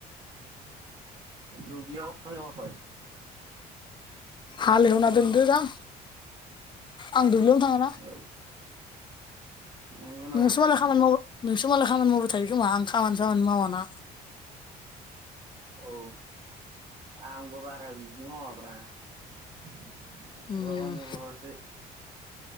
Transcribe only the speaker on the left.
हाल एवना दोन दो दां आं दुब्लियावनो थाङाना
नोंसो मालाय खामानि मावो नोंसो मालाय खामानि मावबाय थायो खोमा आं खामानि सामानि मावाना
उम